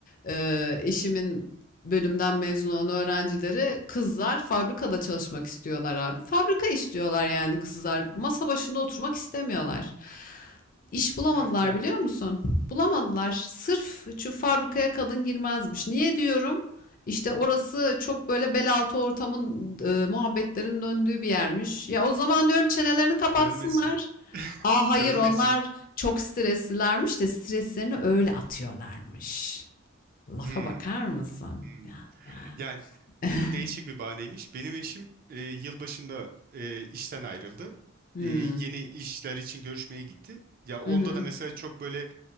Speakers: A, on the left; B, on the right.
A: e, eşimin bölümden mezun olan öğrencileri kızlar fabrikada çalışmak istiyorlar abi. Fabrika istiyorlar yani kızlar. Masa başında oturmak istemiyorlar. İş bulamadılar
B: Ya- Yani
A: biliyor musun? Bulamadılar. Sırf şu fabrikaya kadın girmezmiş. Niye diyorum? İşte orası çok böyle bel altı ortamın e, muhabbetlerin döndüğü bir yermiş. Ya o zaman diyorum çenelerini kapatsınlar.
B: dönmesi.
A: Aa hayır
B: Dönmesin.
A: onlar çok streslilermiş de streslerini öyle atıyorlarmış. Lafa
B: Hmm,
A: bakar mısın?
B: hmm.
A: Ya ya.
B: Yani bu
A: <laughs>
B: değişik bir bahaneymiş. Benim eşim e, yılbaşında e, işten ayrıldı.
A: Hmm.
B: E, yeni işler için görüşmeye gitti. Ya onda
A: Hı hı.
B: da mesela çok böyle